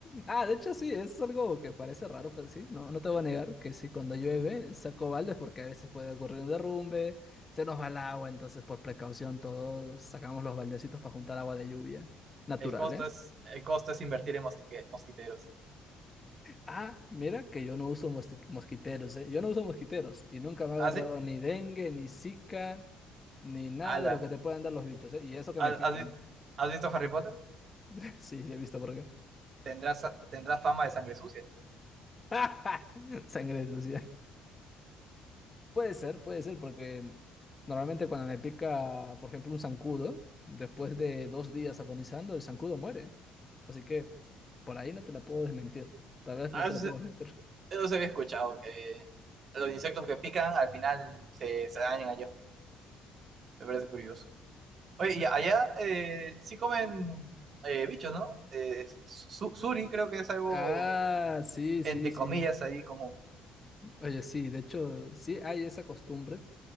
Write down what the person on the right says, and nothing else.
El costo
es, el costo es invertir en mostique- mosquiteros.
¿Ah, sí?
Ala.
¿Has,
has vi- has visto Harry Potter?
Tendrás, tendrás fama de sangre sucia.
Ah,
eso,
se
eso se había escuchado, que los insectos que pican al final se, se dañan allá. Me parece curioso. Oye, y allá eh, sí comen eh, bichos, ¿no? Eh, su- suri creo que es algo,
entre
comillas, ahí como...